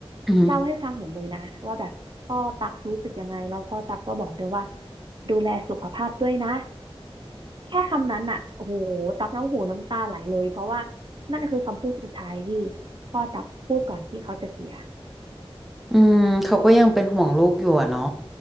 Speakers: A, in the centre; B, on the right.
A: อือือ
B: เล่าให้ฟังหมดเลยนะว่าแบบพ่อตั๊กรู้สึกยังไงแล้วพ่อตั๊กก็บอกด้วยว่าดูแลสุขภาพด้วยนะ แค่คำนั้นอ่ะโอ้โหตักน้ำหูน้ำตาไหลเลยเพราะว่านั่นคือคำพูดสุดท้ายที่พ่อตักพูดก่อนที่เขาจะเสีย
A: อืมเขาก็ยังเป็นห่วงลูกอยู่อะเนาะ